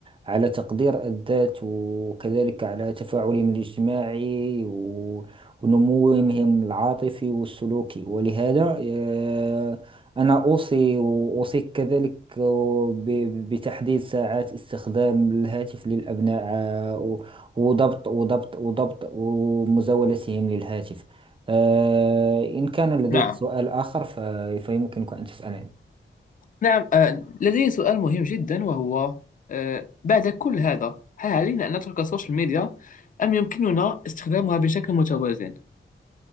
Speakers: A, on the right; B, on the left.
A: على تقدير الذات وكذلك على تفاعلهم الاجتماعي و- ونموهم العاطفي والسلوكي ولهذا آه، أنا أوصي وأوصيك كذلك ب- بتحديد ساعات استخدام الهاتف للأبناء آه، وضبط وضبط وضبط ومزاولتهم للهاتف آه، إن كان لديك
B: نعم
A: سؤال آخر ف- فيمكنك أن تسألني
B: نعم آه، لدي سؤال مهم جدا وهو آه، بعد كل هذا هل علينا أن نترك السوشيال ميديا أم يمكننا استخدامها بشكل متوازن؟